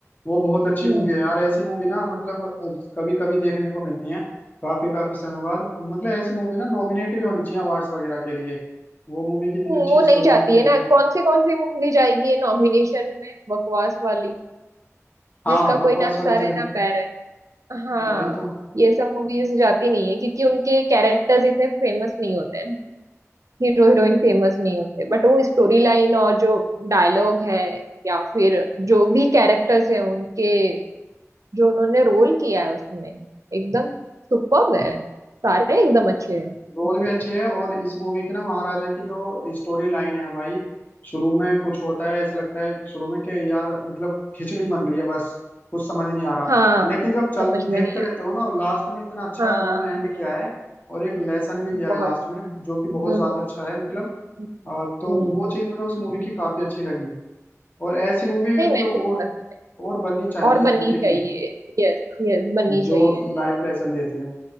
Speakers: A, on the left (about 35°); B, on the right (about 80°).
A: वो बहुत अच्छी
B: हम्म
A: मूवी है यार ऐसी मूवी ना मतलब कभी कभी देखने को मिलती है काफी काफी समय बाद मतलब ऐसी मूवी ना नॉमिनेट भी होनी चाहिए अवार्ड्स वगैरह के लिए वो मूवी कितनी
B: वो
A: अच्छी स्टोरी
B: नहीं जाती
A: लिखी गई
B: है ना
A: है
B: कौन सी कौन सी मूवी जाएगी ये नॉमिनेशन में बकवास वाली
A: हाँ
B: जिसका
A: बकवास
B: कोई ना
A: वाली
B: सर
A: चले
B: है ना पैर है हाँ
A: वही तो
B: ये सब मूवीज जाती नहीं है क्योंकि उनके कैरेक्टर्स इतने फेमस नहीं होते हैं हीरो हीरोइन फेमस नहीं होते बट वो स्टोरी लाइन और जो डायलॉग है या फिर जो भी कैरेक्टर्स है उनके जो उन्होंने रोल किया है उसमें एकदम सुपर्ब है सारे एकदम अच्छे हैं
A: रोल
B: मतलब,
A: भी अच्छी है और इस मूवी की ना महाराजा की जो स्टोरी लाइन है भाई शुरू में कुछ होता है ऐसा लगता है शुरू में कि यार मतलब खिचड़ी बन रही है बस कुछ समझ नहीं आ रहा
B: हाँ
A: लेकिन जब
B: समझ
A: चल
B: में
A: देखते
B: नहीं
A: रहते
B: आ
A: हो ना लास्ट में इतना अच्छा
B: रहा
A: उन्होंने
B: हाँ
A: एंड किया है और एक लेसन भी दिया
B: बहुत
A: है लास्ट
B: ज्यादा
A: में जो कि बहुत
B: हम्म
A: ज्यादा अच्छा है मतलब
B: हम्म
A: अ, तो
B: हम्म।
A: वो चीज मुझे उस मूवी की काफी अच्छी लगी और ऐसी मूवी
B: नहीं
A: मतलब
B: मेरे
A: और
B: को भी पसंद है
A: और बननी चाहिए
B: और
A: इस
B: बननी
A: तरीके की
B: चाहिए यस यस बननी
A: जो
B: चाहिए
A: लाइफ लेसन देती है